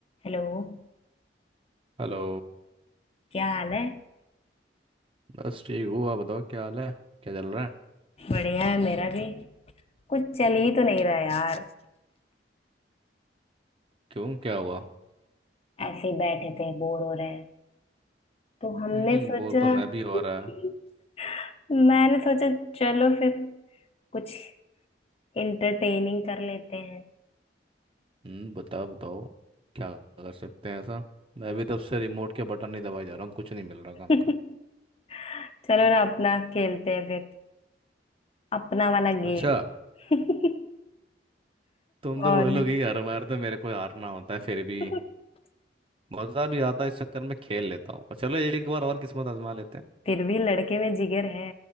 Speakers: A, on the left; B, on the right.
A: Hello
B: Hello
A: क्या हाल है
B: बस ठीक हूँ आप बताओ क्या हाल है क्या चल रहा है
A: बढ़िया है मेरा भी कुछ चल ही तो नहीं रहा यार
B: क्यों क्या हुआ
A: ऐसे ही बैठे थे बोर हो रहे हैं तो
B: हम्म
A: हमने सोचा
B: बोर तो मैं
A: <laughs>
B: भी हो रहा है
A: मैंने सोचा चलो फिर कुछ इंटरटेनिंग कर लेते हैं
B: हम्म बताओ बताओ क्या कर सकते हैं ऐसा मैं भी तब से रिमोट के बटन नहीं दबाए जा रहा हूँ कुछ नहीं मिल रहा काम
A: <laughs>
B: का
A: चलो ना अपना खेलते हैं फिर अपना वाला गेम
B: अच्छा
A: <laughs>
B: तुम तो
A: और
B: बोलोगे कि हर बार तो मेरे को हारना होता है फिर भी
A: <laughs>
B: मज़ा भी आता है इस चक्कर में खेल लेता हूँ चलो एक बार और किस्मत आजमा लेते हैं
A: फिर भी लड़के में जिगर है